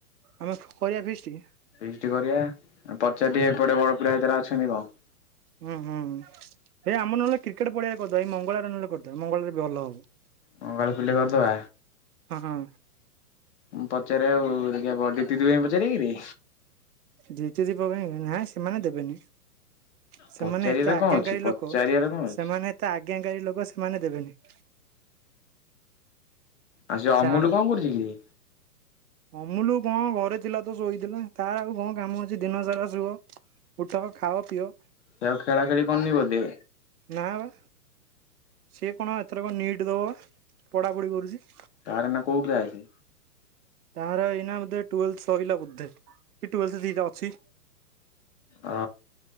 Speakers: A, on the right (about 70°); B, on the left (about 45°).
A: ଆମେ କରିବା ଫିଷ୍ଟ?
B: ଫିଷ୍ଟ କରିବା ଆଉ ପଚାର ଟିକେ ଏପଟେ ବଡ ପିଲା କେତେଟା ଅଛନ୍ତି କଣ?
A: ଉଁ ହୁଁ ହେଇ ଆମର ନହେଲେ କ୍ରିକେଟ ପଡ଼ିଆରେ କରିଦବା ଏଇ ମଙ୍ଗଳବାରେ ନହେଲେ କରିଦବା ମଙ୍ଗଳବାରେ ଭଲ ହବ।
B: ମଙ୍ଗଳବାରେ ପିଲେ କରିଦବା।
A: ହଁ ହଁ
B: ମୁଁ ପଚାରେ ଆଉ ଦେଖିଆ ବଡ ଦିତିଦି ଭାଇଙ୍କୁ ପଚାରିବା କିରେ?
A: ଜିତି ଦିପ ଭାଇ ନା ସେମାନେ ଦେବେନି। ସେମାନେ
B: ପଚାରିବାରେ
A: ଏତେ ଆଜ୍ଞାକାରୀ
B: କଣ ଅଛି ପଚାରିବାରେ
A: ଲୋକ
B: କଣ ଅଛି।
A: ସେମାନେ ଏତେ ଆଜ୍ଞାକାରୀ ଲୋକ ସେମାନେ ଦେବେନି।
B: ଆଉ ସେ ଅମୁଲୁ
A: ଛାଡ।
B: କଣ କରୁଚି କିରେ?
A: ଅମୁଲୁ କଣ ଘରେ ଥିଲା ତ ଶୋଇଥିଲା ତାର ଆଉ କଣ କାମ ଅଛି ଦିନ ସାରା ଶୁଅ। ଉଠ, ଖାଅ, ପିଅ।
B: ସେ ଆଉ ଖେଳା ଖେଳି କରୁନି ବୋଧେ?
A: ନା ବା ସିଏ କଣ ଏଥରକ ନିଟ୍ ଦବ ପା ପଢ଼ାପଢ଼ି କରୁଚି।
B: ତାର ଏନା କୋଉ କ୍ଲାସେ?
A: ତାର ଏଇନା ବୋଧେ ଟୁଏଲଥ୍ ସଇଲା ବୋଧେ କି ଟୁଏଲଥ୍ ଦିଇଟା ଅଛି।
B: ଅ